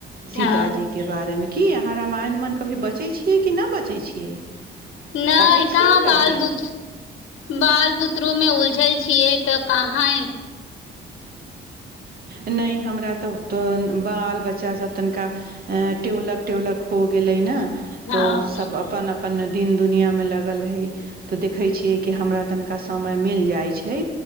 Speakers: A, on the right; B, on the left.
A: सीतााजी
B: हँ
A: के बारेमे की अहाँ रामायण मन कभी बचै छियै कि न बचै छियै
B: नइ
A: पढ़ै छियै
B: कहाँ
A: कभी
B: बाल बु बाल बुत्ररू मे उलझल छियै तऽ कहाँ
A: नहि हमरा तऽ बाल बच्चासभ तनिका टोलक टेबलक होग भेलैइ न
B: हँ
A: तो सब अपन अपन दिन दुनियांमे लगल है तऽ देखै छियै कि हमरा तनिका समय मिल जाइ छै